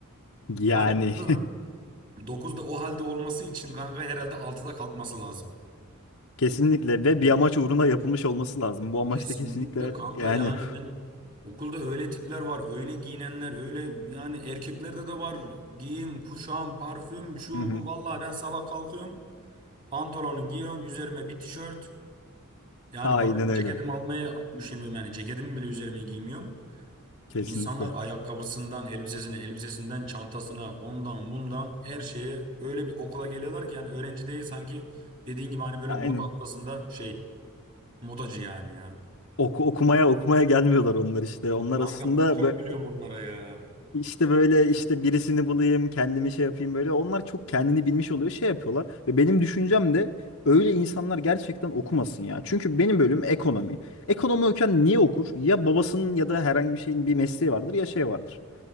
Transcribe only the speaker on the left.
Yani
Kesinlikle ve bir
amaç uğruna yapılmış olması lazım. Bu amaç
da kesinlikle
yani
<laughs> Hı hı.
aynen
öyle.
Kesinlikle.
Aynen.
Oku, okumaya okumaya gelmiyorlar onlar işte. Onlar
aslında
böyle
işte böyle işte birisini bulayım, kendimi şey yapayım böyle. Onlar çok kendini bilmiş oluyor, şey yapıyorlar. Ve benim düşüncem de öyle insanlar gerçekten okumasın ya. Çünkü benim bölüm ekonomi. Ekonomi okuyan niye okur? Ya babasının ya da herhangi bir şeyin bir mesleği vardır ya şey vardır.